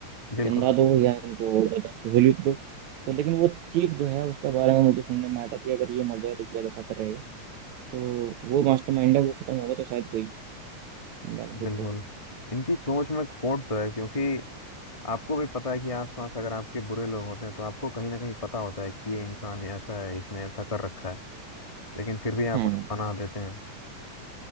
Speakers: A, on the left; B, on the right.
A: बिल्कुल
B: चंदा दो या इनको और ज़्यादा सहूलियत दो तो लेकिन वो चीफ जो है उसका बारे में मुझे सुनने में आया था कि अगर ये मर जाए तो ज़्यादा बेहतर रहेगा तो वो मास्टरमाइंड है वो खत्म होगा तो शायद कोई बेनिफिट
A: बिल्कुल
B: हो
A: इनकी सोच में खोट तो है क्योंकि आपको भी पता है कि आसपास अगर आपके बुरे लोग होते हैं तो आपको कहीं ना कहीं पता होता है कि ये इंसान ऐसा है इसने ऐसा कर रखा है लेकिन फिर भी आप
B: हम्म
A: उन्हें पनाह देते हैं